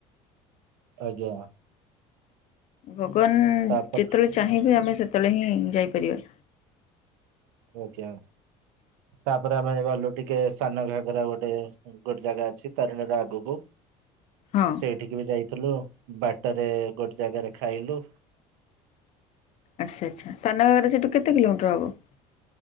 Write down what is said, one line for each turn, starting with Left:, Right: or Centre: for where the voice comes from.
Right: ଆଜ୍ଞା।
Left: ଭଗବାନ
Right: ତାପରେ
Left: ଯେତେବେଳେ ଚାହିଁବେ ଆମେ ସେତେବେଳେହିଁ ଯାଇପାରିବା।
Right: ଆଜ୍ଞା ତାପରେ ଆମେ ଗଲୁ ଟିକିଏ ସାନ ଘାଗରା ଗୋଟେ ଗୋଟେ ଜାଗା ଅଛି ତାରେଣୀର ଆଗକୁ।
Left: ହଁ।
Right: ସେଇଠିକିବି ଯାଇଥିଲୁ ବାଟରେ ଗୋଟେ ଜାଗାରେ ଖାଇଲୁ।
Left: ଆଚ୍ଛା ଆଚ୍ଛା ସାନ ଘାଗରା ସେଠୁ କେତେ କିଲୋମିଟର ହବ।